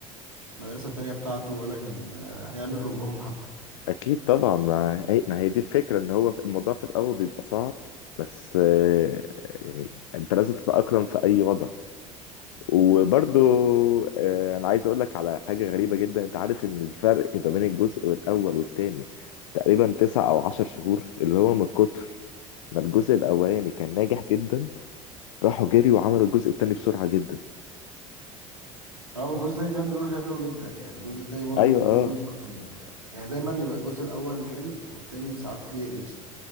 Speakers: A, on the right; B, on the left.
A: المدرسة التانية بتاعته ولا كان آه، هيعمل ربعهم حتى
B: أكيد طبعا ما هي, ما هي دي الفكرة إن هو في- الموضوع في الأول بيبقى صعب بس آه، يعني أنت لازم تتأقلم في أي وضع وبرضو آه، انا عايز اقول لك على حاجه غريبه جدا انت عارف ان الفرق ما بين الجزء الاول والتاني تقريبا تسع او عشر شهور اللي هو من كتر ما الجزء الاولاني كان ناجح جدا راحوا جري وعملوا الجزء التاني بسرعه جدا
A: اما الجزء التاني كان بيقولوا حلو جدا يعني الجزء التاني برضو
B: ايوه
A: بيقولوا
B: اه
A: يعني دايما يبقى الجزء الاول حلو والتاني ساعات بيقلش